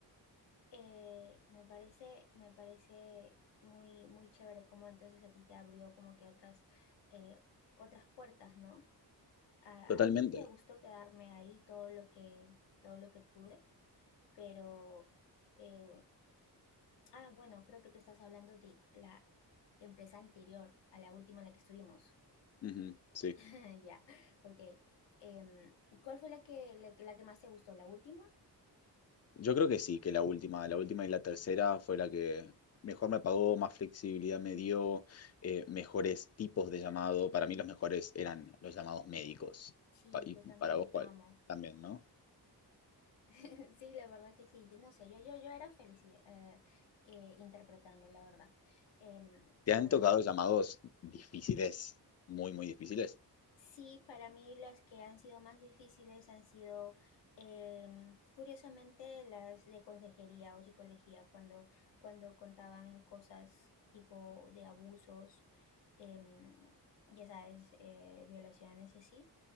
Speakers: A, on the left; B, on the left.
A: Eh, me parece, me parece muy, muy chévere cómo entonces a ti te abrió como que otras, eh, otras puertas, ¿no? A,
B: Totalmente.
A: a mí me gustó quedarme ahí todo lo que, todo lo que pude. pero, eh, ah, bueno, creo que tú estás hablando de la empresa anterior a la última en la que estuvimos.
B: Ujú, sí.
A: <laughs> Ya, ok. Em, ¿cuál fue la que, la, la que más te gustó? ¿La última?
B: Yo creo que sí, que la última, la última y la tercera fue la que mejor me pagó, más flexibilidad me dio, eh, mejores tipos de llamado. Para mí los mejores eran los llamados médicos.
A: Sí,
B: Pa- y
A: yo también
B: para vos, ¿cuál?
A: amo.
B: También, ¿no?
A: <laughs> Sí, la verdad que sí. No sé, yo, yo, yo era feliz eh, eh, interpretando, la verdad. Em, y
B: ¿Te han
A: bueno,
B: tocado llamados difíciles? Muy, muy difíciles.
A: Sí, para mí las que han sido más difíciles han sido, em, curiosamente, las de consejería o psicología, cuando, cuando contaban cosas tipo de abusos, em, ya sabes, eh, violaciones y así.